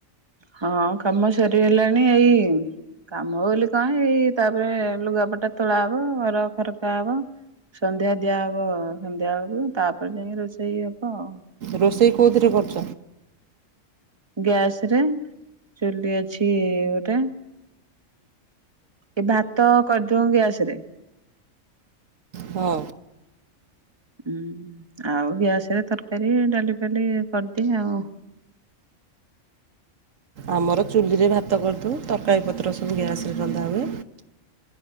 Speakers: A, on the right; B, on the right.
A: ହଁ। କାମ ସରିଗଲାଣି ଏଇ କାମ ବୋଲି କଣ ଏଇ ତାପରେ ଲୁଗାପଟା ତୋଳା ହବ ଘର ଖରକା ହବ। ସନ୍ଧ୍ୟା ଦିଆହବ ସନ୍ଧ୍ୟା ବେଳକୁ ତାପ୍ <unintelligible> ଯାଇକି ରୋଷେଇ ହବ ଆଉ।
B: ରୋଷେଇ କେଉଁଥିରେ କରୁଛ
A: ଗ୍ୟାସରେ ଚୁଲି ଅଛିଇ-ଇ-ଇ ଗୋଟେ। ଏ ଭାତ କରିଦଉ ଗ୍ୟାସରେ।
B: ହୁଁ।
A: ହୁଁ ଆଉ ଗ୍ୟାସରେ ତରକାରୀ ଡାଲି। ଡାଲି କରିଦିଏ ଆଉ।
B: ଆମର ଚୁଲିରେ ଭାତ କରିଦଉ ତରକାରିପତ୍ର ସବୁ ଗ୍ୟାସରେ ରନ୍ଧା ହୁଏ।